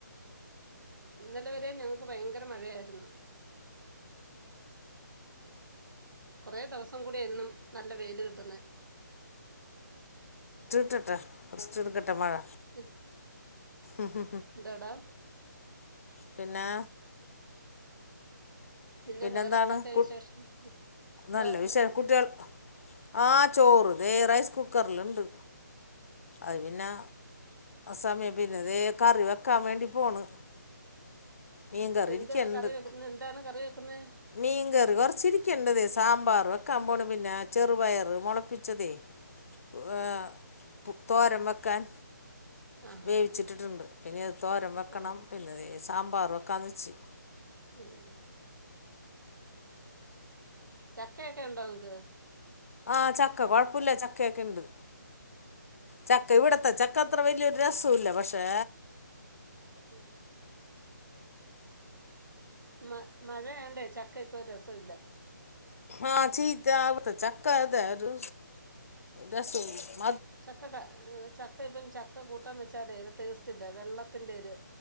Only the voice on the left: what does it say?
<unintelligible> മഴ.
ഉം ഉം ഉം
പിന്നെ?
പിന്നെന്താണ്
കു
നല്ല
വിഷയം കുട്ട്യൾ
ആഹ് ചോറ് തേ റൈസ് കുക്കറിലുണ്ട് അത് പിന്നെ സമയം പിന്നെതേ കറി വെക്കാൻ വേണ്ടി പോണ് മീൻ കറി
ഇരിക്കുന്നുണ്ട്
മീൻകറി കുറച്ചിരിക്കണ്ട് സാമ്പാർ വെക്കാമ്പോണ് പിന്നെ ചെറുപയറ് മുളപ്പിച്ചതേ ഏ,
തോരൻ വെക്കാൻ.
വേവിച്ചിട്ടിട്ടുണ്ട്
പിന്നെ അത് തോരം വെക്കണം
പിന്നെ സാമ്പാർ വെക്കാ വച്ച്
ആഹ് ചക്ക കുഴപ്പില്ല ചക്കയൊക്കെ ഇണ്ട് ചക്ക ഇവിടത്തെ ചക്ക ചക്ക അത്ര വലിയൊരു രസല്ല പക്ഷേ
ആഹ് ചീത്ത ആവത്ത ചക്ക ഒരു രസൂല